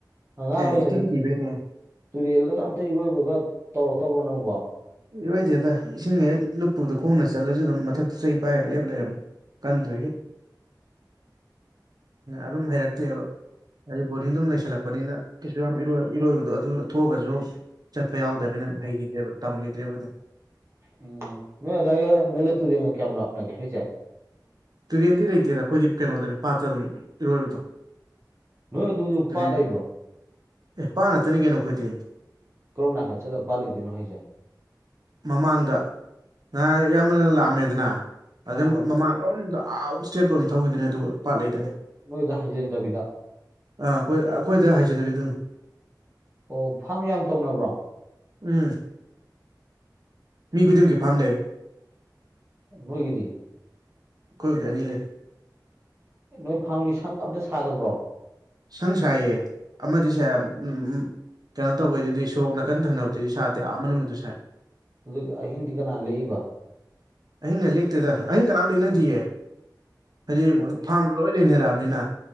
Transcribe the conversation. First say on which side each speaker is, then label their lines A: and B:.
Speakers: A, on the right (about 35°); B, on the right (about 60°).
A: ꯑꯉꯥꯡ ꯑꯣꯏꯔꯤꯉꯩꯗ
B: ꯑꯦ ꯏꯁꯤꯡ ꯀꯤꯕꯩꯅꯦ
A: ꯇꯨꯔꯦꯜꯗꯒ ꯑꯝꯇ ꯏꯔꯣꯏꯕꯒ ꯇꯧꯔꯛꯇꯕ꯭ꯔꯣ ꯅꯪꯕꯣ
B: ꯏꯔꯣꯏꯗꯦꯗ ꯏꯁꯤꯡ ꯍꯦꯛ ꯂꯨꯞꯄꯨꯗ ꯈꯣꯡꯅ ꯆꯠꯂꯖꯨ ꯑꯗꯨꯝ ꯃꯊꯛꯇ ꯆꯩ ꯄꯥꯏꯔ ꯂꯦꯞ ꯂꯩꯔꯝꯃꯦ ꯀꯟꯗꯣꯏꯒꯤ
A: <inaudible>
B: ꯑꯗꯨꯝ ꯍꯩꯔꯛꯇꯦꯕ ꯍꯥꯏꯗꯤ ꯕꯣꯔꯗꯤꯡꯗꯗꯨꯝ ꯂꯩꯁꯜꯂꯛꯄꯅꯤꯅ ꯀꯩꯁꯨ ꯌꯥꯝ ꯏꯔꯣꯏ ꯏꯔꯣꯏꯕꯗꯣ ꯑꯗꯨ ꯊꯣꯛꯑꯒꯖꯨ ꯆꯠꯄ ꯌꯥꯎꯗꯃꯤꯅ ꯍꯩꯒꯤꯗ꯭ꯔꯦꯕ ꯇꯝꯒꯤꯗ꯭ꯔꯦꯕ ꯑꯗꯨꯝ
A: ꯎꯝ ꯅꯣꯏ ꯑꯗꯥꯏꯒ ꯅꯣꯏꯒ ꯇꯨꯔꯦꯟꯒ ꯀꯌꯥꯝ ꯂꯥꯞꯅꯒꯦ ꯍꯥꯏꯖꯦ
B: ꯇꯨꯔꯦꯟꯗꯤ ꯂꯩꯇꯦꯗ ꯑꯩꯈꯣꯏꯗꯤ ꯀꯩꯅꯣꯗꯅꯦ ꯄꯥꯠꯇ ꯑꯗꯨꯝ ꯏꯔꯣꯏꯕꯗꯣ
A: ꯅꯣꯏ ꯑꯗꯨꯗꯣ
B: ꯇꯨꯔꯦꯟ
A: ꯄꯥꯠ ꯂꯩꯕ꯭ꯔꯣ
B: ꯑꯦ ꯄꯥꯠ ꯉꯥꯛꯇꯅꯤ ꯀꯩꯅꯣ ꯑꯩꯈꯣꯏꯗꯤ
A: ꯀꯔꯣꯝ ꯅꯥꯀꯟ ꯆꯠꯂ ꯄꯥꯠ ꯂꯩꯗꯣꯏꯅꯣ ꯍꯥꯏꯖꯦ
B: ꯃꯃꯥꯡꯗ ꯅꯍꯥꯜ ꯏꯌꯥꯝꯕ ꯂꯥꯛꯑꯝꯃꯦꯗꯅ
A: ꯑꯥ
B: ꯑꯗꯨꯝ ꯃꯃꯥꯡ ꯑꯗꯨꯝ ꯑꯥ ꯏꯁ꯭ꯇꯦꯠꯄꯧ ꯑꯗꯨꯝ ꯊꯧꯒꯤꯗꯣꯏꯅꯦ ꯑꯗꯨꯒ ꯄꯥꯠ ꯂꯩꯗꯣꯏꯅꯤ
A: ꯑꯣ ꯅꯣꯏꯗ ꯍꯥꯏꯖꯤꯟꯗꯕꯤꯗ
B: ꯑꯥ ꯑꯈꯣꯏ ꯑꯈꯣꯏꯗ ꯍꯥꯏꯖꯤꯜꯂꯤꯗꯨꯅꯤ
A: ꯑꯣ ꯐꯥ꯭ꯔꯝ ꯌꯥꯝ ꯇꯧꯅꯕ꯭ꯔꯣ
B: ꯎꯝ ꯃꯤ ꯈꯨꯗꯤꯡꯒꯤ ꯐꯥ꯭ꯔꯝ ꯂꯩ
A: ꯅꯣꯏꯒꯤꯗꯤ
B: ꯑꯈꯣꯏꯗꯤ ꯑꯅꯤ ꯂꯩ
A: ꯅꯣꯏ ꯐꯥ꯭ꯔꯝꯒꯤ ꯁꯪ ꯑꯝꯇ ꯁꯥꯗꯕ꯭ꯔꯣ
B: ꯁꯪ ꯁꯥꯏꯌꯦ ꯑꯃꯗꯤ ꯁꯥꯏ ꯎꯝ ꯎꯝ ꯎꯝ ꯀꯩꯅꯣ ꯇꯧꯕꯩꯗꯨꯗꯤ ꯁꯣꯔꯣꯛ ꯅꯥꯀꯟ ꯊꯪꯅꯕꯗꯨꯗꯤ ꯁꯥꯗꯦ ꯑꯥ ꯃꯅꯨꯡꯒꯤꯗꯨ ꯁꯥꯏ
A: ꯑꯗꯨ ꯑꯍꯤꯡꯗꯤ ꯀꯅꯥ ꯂꯦꯛꯏꯕ
B: ꯑꯍꯤꯡꯒ ꯂꯦꯛꯇꯦꯗ ꯑꯍꯤꯡ ꯀꯅꯥꯝ ꯂꯦꯛꯅꯗꯤꯌꯦ ꯍꯥꯏꯗꯤ
A: ꯑꯣ
B: ꯐꯥ꯭ꯔꯝ ꯂꯣꯏ ꯂꯩꯅꯔꯛꯑꯕꯅꯤꯅ